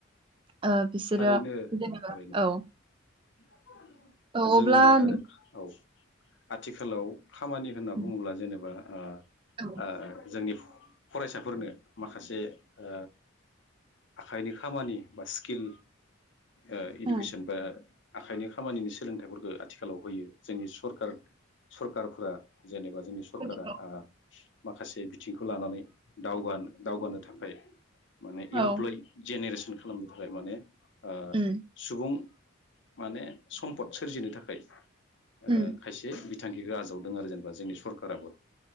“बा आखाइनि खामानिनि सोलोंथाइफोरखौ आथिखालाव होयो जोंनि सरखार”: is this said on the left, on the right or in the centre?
Left